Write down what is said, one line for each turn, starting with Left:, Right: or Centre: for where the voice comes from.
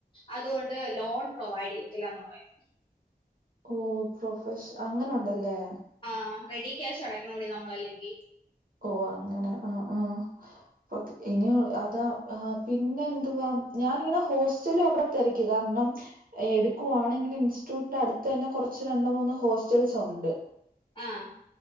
Left: അതുകൊണ്ട് ലോൺ പ്രൊവൈഡ് ചെയ്യത്തില്ലന്ന് പറയും
Right: ഓ പ്രൊഫഷ അങ്ങനെ ഉണ്ടല്ലേ
Left: ആഹ റെഡി ക്യാഷ് അടക്കണുടി നമ്മള അല്ലെങ്കിൽ
Right: ഓ അങ്ങനെ ആഹ ആഹ ഇനിയ അതാ പിന്നെ എന്തുവാ ഞാനിങ്ങനെ ഹോസ്റ്റല അവിടെ തിര ക്കി കാരണം എടുക്കുവാണെങ്കിൽ ഇൻസ്റ്റിറ്റ്യൂട്ടിന്റെ അടുത്ത് തന്നെ കുറച്ച് രണ്ട് മൂന്ന് ഹോസ്റ്റൽസ് ഉണ്ട്
Left: ആഹ